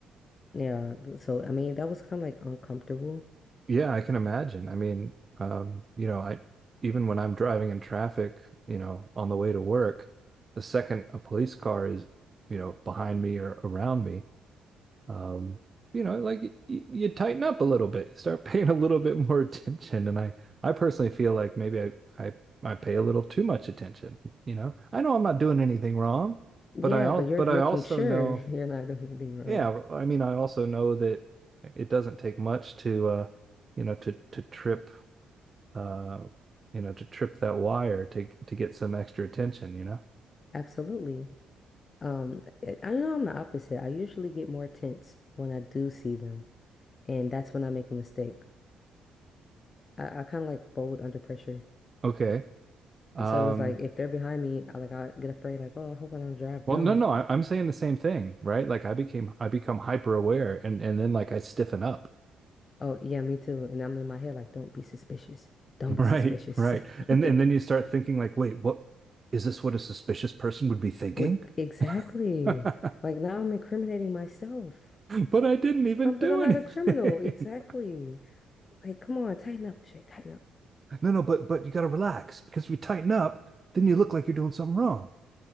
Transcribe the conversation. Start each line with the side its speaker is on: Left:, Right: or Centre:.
Left: Yeah, so I mean that was kind of like uncomfortable.
Right: Yeah, I can imagine. I mean, um, you know, I even when I'm driving in traffic, you know, on the way to work, the second a police car is, you know, behind me or around me, um, you know, like y y- you tighten up a little bit. You start <laughs> paying a little bit more attention. And I I personally feel like maybe I I I pay a little too much attention, you know. I know I'm not doing anything wrong,
Left: Yeah,
Right: but I al
Left: but you're
Right: but
Left: making
Right: I also
Left: sure
Right: know
Left: <laughs> you're not doing anything wrong.
Right: Yeah, well, I mean, I also know that it doesn't take much to, uh, you know, to to trip, uh, you know, to trip that wire to to get some extra attention. You know.
Left: Absolutely. Um, I I know I'm the opposite. I usually get more tense when I do see them, and that's when I make a mistake. I, I kind of like fold under pressure.
Right: Okay. Um.
Left: So it's like if they're behind me, I like I get afraid, like, oh, I hope I don't drive
Right: Well,
Left: dumb.
Right: no, no, I,
Left: <laughs>
Right: I'm saying the same thing, right? Like I became, I become hyper aware, and and then like I stiffen up,
Left: Oh, yeah, me too. And I'm in my head like, don't be suspicious. Don't
Right: <laughs>
Left: be
Right: right,
Left: suspicious.
Right: right, and
Left: <laughs>
Right: and then you start thinking like, wait, what is this? What a suspicious person would be thinking?
Left: With exactly.
Right: <laughs>
Left: Like now I'm incriminating myself.
Right: But I didn't even
Left: Um,
Right: do
Left: but I'm not
Right: anything.
Left: a criminal. Exactly.
Right: <laughs>
Left: Like, come on, tighten up, Shay, tighten up.
Right: No, no, but but you got to relax because if you tighten up, then you look like you're doing something wrong.